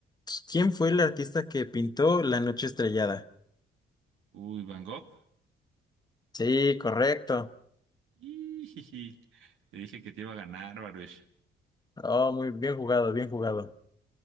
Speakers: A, on the left (about 20°); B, on the right (about 80°).
A: ¿Quién fue el artista que pintó La Noche Estrellada?
B: Uy, Van Gogh.
A: Sí, correcto.
B: Ijiji, Te dije que te iba a ganar, Baruch.
A: Oh, muy bien jugado, bien jugado.